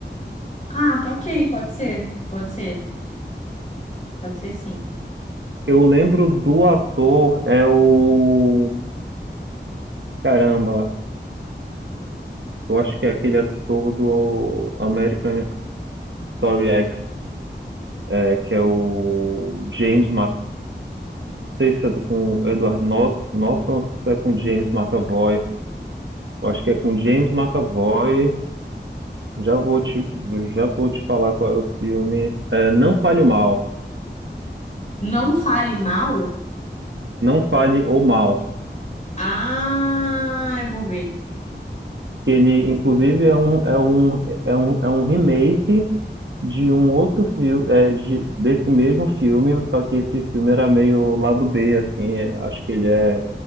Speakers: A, on the left; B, on the right.
A: Ah, tá ok, pode ser, pode ser, pode ser sim.
B: Eu lembro do ator, é o. Caramba, eu acho que é aquele ator do American Story X, é, que é o James Mc... Não sei se é do- com o Edward Norton, Norton ou se é com James McAvoy. Eu acho que é com James McAvoy. Já vou te, já vou te falar qual é o filme. É, Não Fale o Mal.
A: Não fale mal?
B: Não Fale o Mal.
A: Ah, eu vou ver. então.
B: que ele inclusive é um é um é um, é um remake de um outro filme é, de, desse mesmo filme só que esse filme era meio lado B assim é, acho que ele é,